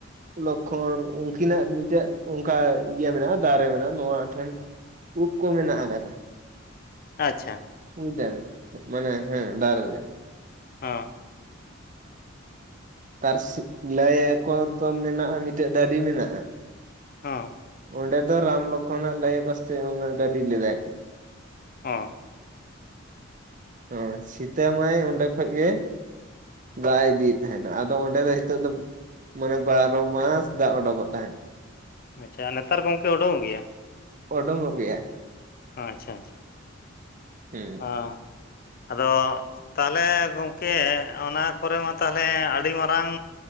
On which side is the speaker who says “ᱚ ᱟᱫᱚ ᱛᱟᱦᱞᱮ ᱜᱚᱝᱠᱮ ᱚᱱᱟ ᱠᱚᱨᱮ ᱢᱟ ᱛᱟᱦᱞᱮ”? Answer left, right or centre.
Left